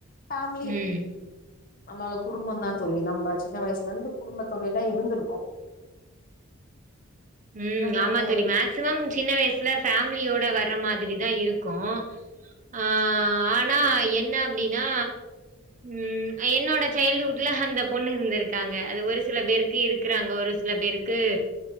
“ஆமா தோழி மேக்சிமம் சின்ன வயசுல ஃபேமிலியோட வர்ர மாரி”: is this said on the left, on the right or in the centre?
Right